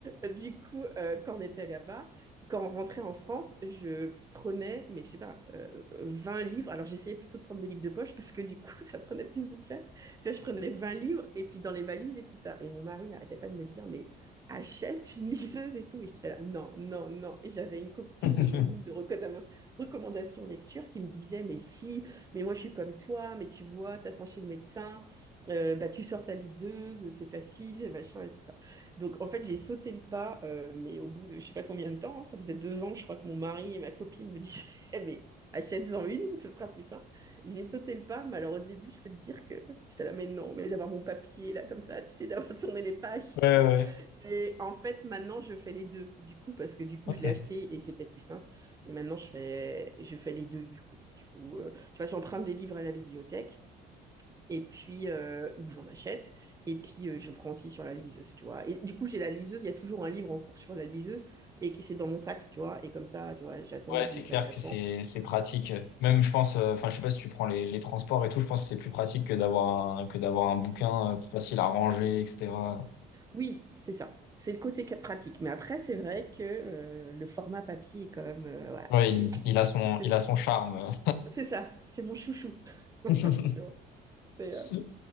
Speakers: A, on the right; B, on the left.
A: euh, du coup euh, quand on était là-bas, quand on rentrait en France, je prenais, mais je sais pas, euh, 20 livres. Alors, j'essayais plutôt de prendre des livres de poche parce que du coup, <laughs> ça prenait plus de place. Tu vois, je prenais 20 livres et puis dans les valises et tout ça. Et mon mari n'arrêtait pas de me dire, mais achète une liseuse et tout. Et j'étais là, non, non, non. Et j'avais une copine
B: <laughs> Ouais,
A: de mon groupe de recommandations lecture qui me disait, mais si, mais moi je suis comme toi, mais tu vois, t'attends chez le médecin, euh, bah, tu sors ta liseuse, c'est facile, machin et tout ça. Donc en fait, j'ai sauté le pas, euh, mais au bout de je sais pas combien de temps, hein, ça faisait deux ans, je crois que mon mari et ma copine me disaient, <laughs> mais achète-en une, ce sera plus simple. J'ai sauté le pas, mais alors au début, je peux te dire que j'étais là, mais non, mais d'avoir mon papier là, comme ça, tu sais, d'avoir <laughs> tourné les pages,
B: ouais.
A: et tout.
B: ouais.
A: Et en fait, maintenant, je fais les deux, du coup, parce que du coup,
B: Ok.
A: je l'ai acheté et c'était plus simple. Et maintenant, je fais, je fais les deux, du coup. Du coup, euh, tu vois, j'emprunte des livres à la bibliothèque, et puis, euh, ou j'en achète, et puis euh, je prends aussi sur la liseuse, tu vois. Et du coup, j'ai la liseuse, il y a toujours un livre en cours sur la liseuse, et qui c'est dans mon sac, tu vois. Et comme ça, tu vois, j'attends
B: Ouais,
A: dans
B: c'est
A: une
B: clair
A: salle d'attente.
B: que c'est c'est pratique. Même, je pense, euh, enfin, je sais pas si tu prends les, les transports et tout, je pense que c'est plus pratique que d'avoir un, que d'avoir un bouquin euh, plus facile à ranger, etc.
A: Oui, c'est ça. C'est le côté ca- pratique. Mais après, c'est vrai que euh, le format papier est quand même, euh, voilà,
B: Ouais,
A: c'est,
B: il, il a son,
A: ça, c'est,
B: il a son charme.
A: C'est ça, c'est mon chouchou. <laughs>
B: <laughs>
A: Tu vois, c'est, euh,
B: Oui,